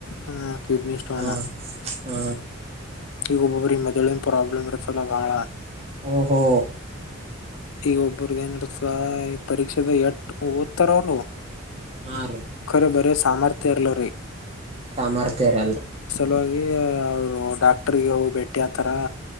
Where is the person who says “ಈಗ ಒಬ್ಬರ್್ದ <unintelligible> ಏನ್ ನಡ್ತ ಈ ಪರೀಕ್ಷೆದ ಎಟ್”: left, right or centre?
Left